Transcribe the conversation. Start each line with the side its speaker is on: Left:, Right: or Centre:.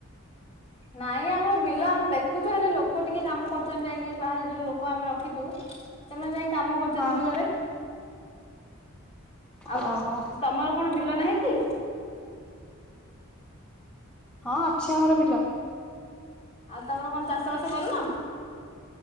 Left: ନାଇଁ, ଆମର ବିଲ ଆମେ ଦେଖୁଛୁ, ହେଲେ ଲୋକ ଟିକେ କାମ କରୁଛନ୍ତି ଯାଇଁକି ବାହାରେ ଯୋଉ ଲୋକ ଆମେ ରଖିଛୁ ସେମାନେ ଯାଇ କାମ କରୁଛନ୍ତି
Centre: ହଁ
Left: ବିଲରେ, ଆଉ
Centre: ଓହୋ
Left: ସା ତମର କଣ ବିଲ ନାହିଁ କି?
Centre: ହଁ, ଅଛି ଆମର ବିଲ।
Left: ଆଉ ତମର କଣ ଚାଷ ବାସ କରୁନ?